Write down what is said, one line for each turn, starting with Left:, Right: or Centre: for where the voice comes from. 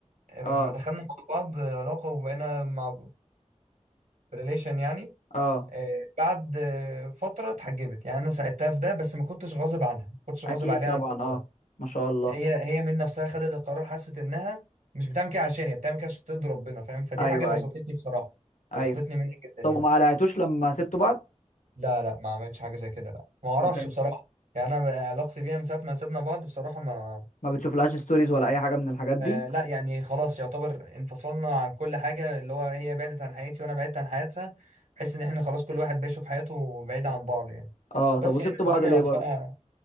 Right: آه، لما
Left: اه
Right: دخلنا مع بعض العلاقه وبقينا مع ريليشن يعني
Left: اه
Right: آه، بعد آه، فترة اتحجبت يعني أنا ساعدتها في ده بس ما كنتش غاصب عنها ما كنتش غاصب
Left: اكيد
Right: عليها
Left: طبعا
Right: عن الموضوع
Left: اه
Right: ده
Left: ما شاء الله
Right: هي هي من نفسها خدت القرار حست إنها مش بتعمل كده عشان هي بتعمل كده عشان ترضي ربنا فاهم فدي
Left: ايوه
Right: حاجة بسطتني
Left: ايوه
Right: بصراحة
Left: ايوه
Right: بسطتني منها جدا
Left: طب
Right: يعني
Left: وما قلعتوش لما سبتوا بعض
Right: لا لا ما عملتش حاجة زي كده لا ما أعرفش
Left: طب حلو
Right: بصراحة يعني أنا علاقتي بيها من ساعة ما سيبنا بعض بصراحة ما
Left: ما بتشوفلهاش ستوريز ولا اي حاجة من الحاجات دي
Right: آه لا يعني خلاص يعتبر انفصلنا عن كل حاجة اللي هو هي بعدت عن حياتي وأنا بعدت عن حياتها بحيث إن إحنا خلاص كل واحد بيشوف حياته بعيد عن بعض يعني
Left: اه طب
Right: بس
Left: وسبتوا
Right: يعني
Left: بعض
Right: ربنا
Left: ليه
Right: يوفقها
Left: برضه